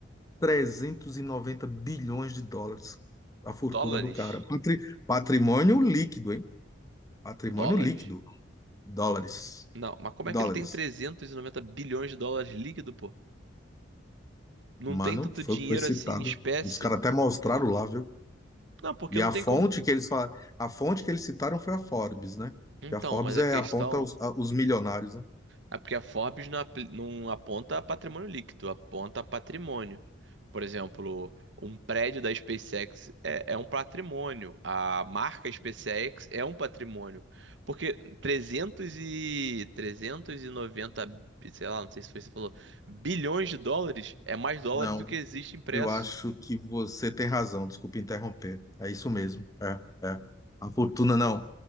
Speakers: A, on the left; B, on the right.
A: 390 bilhões de dólares a fortuna
B: Dólares?
A: do cara. Patri- Patrimônio líquido, hein? Patrimônio
B: Dólares?
A: líquido. Dólares.
B: Não, mas como
A: Dólares.
B: é que ele tem 390 bilhões de dólares líquido, pô? Não
A: Mano,
B: tem tanto
A: foi
B: dinheiro
A: o que foi citado.
B: assim em espécie?
A: Os caras até mostraram lá, viu?
B: Não, porque
A: E
B: não
A: a
B: tem
A: fonte
B: como.
A: que eles falaram, a fonte que eles citaram foi a Forbes, né?
B: Então,
A: Que a Forbes
B: mas a
A: é
B: questão.
A: aponta os, a- os milionários, né?
B: É porque a Forbes não, apli- não aponta patrimônio líquido, aponta patrimônio. Por exemplo, um prédio da SpaceX é, é um patrimônio, a marca SpaceX é um patrimônio. Porque 300 e 390, bi- sei lá, não sei se foi você falou, bilhões de dólares é mais dólares
A: Não,
B: do que existe impresso.
A: eu acho que você tem razão. Desculpa interromper. É isso mesmo. É, é. A fortuna não.